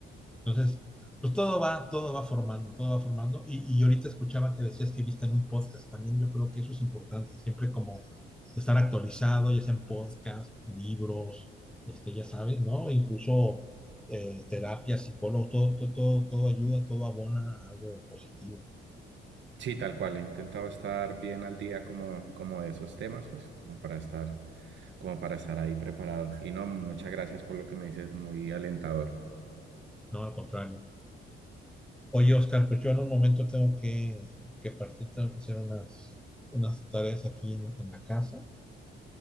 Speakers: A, in the centre; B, on the right.
A: Entonces, pues todo va, todo va formando, todo va formando. Y, y ahorita escuchaba que decías que viste en un podcast, también yo creo que eso es importante, siempre como estar actualizado, ya sea en podcast, libros, este, ya sabes, ¿no? Incluso eh, terapia, psicólogo, todo, todo, todo, todo ayuda, todo abona a algo positivo,
B: Sí, tal cual, he intentado estar bien al día como, como de esos temas, pues, como para estar, como para estar ahí preparado. Y no, muchas gracias por lo que me dices, muy alentador.
A: no al contrario. Oye, Oscar, pues yo en un momento tengo que, que partir, tengo que hacer unas, unas tareas aquí en, en la casa,